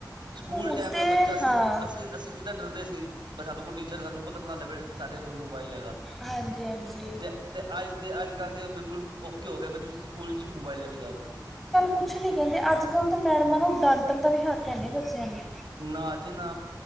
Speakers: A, on the right (about 80°); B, in the centre.
A: ਸਕੂਲ
B: ਹੁਣ
A: ਟਾਈਮ
B: ਤੇ
A: ਦਾ ਬੱਚਾ ਅਸੀਂ-
B: ਹਾਂ
A: ਅਸੀਂ ਕਿਦਾਂ ਡਰਦੇ ਸੀ ਬ ਸਾਨੂੰ ਕੋਈ ਟੀਚਰ ਸਾਨੂੰ ਪਕੜਨਾ ਲਵੇ ਸਾਡੇ ਸਾਡੇ ਕੋਲ ਮੋਬਾਈਲ ਹੈਗਾ
B: ਹਾਂਜੀ ਹਾਂਜੀ
A: ਤੇ ਤੇ ਅੱਜ ਦੇ ਅੱਜ -ਕੱਲ੍ਹ ਦੇ ਬਿਲਕੁਲ ਓਕੇ ਹੋ ਗਿਆ ਤੁਸੀਂ ਸਕੂਲ ' ਹੀ ਮੋਬਾਈਲ ਲੈ ਕੇ ਜਾ ਸਕਦੇ ਹੋ।
B: ਕੁਝ ਨਹੀਂ ਕਹਿੰਦੇ ਅੱਜ- ਕੱਲ੍ਹ ਤਾਂ ਮੈਡਮਾਂ ਨੂੰ ਡਾਂਟਣ ਦਾ ਵੀ ਹੱਕ ਹੈ ਨਹੀਂ ਬੱਚਿਆਂ ਨੂੰ।
A: ਨਾ ਜੀ ਨਾ